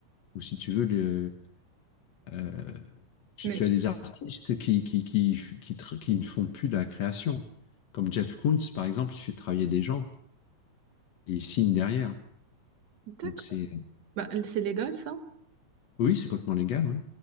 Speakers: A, on the left; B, on the right.
A: où si tu veux, le, euh, tu,
B: Mais
A: tu as des artistes qui, qui, qui, qui, tr- qui ne font plus de la création. Comme Jeff Koons, par exemple, il fait travailler des gens et il signe derrière.
B: d'accord.
A: Donc c'est, euh,
B: Bah, c'est légal, ça?
A: oui, c'est complètement légal, ouais.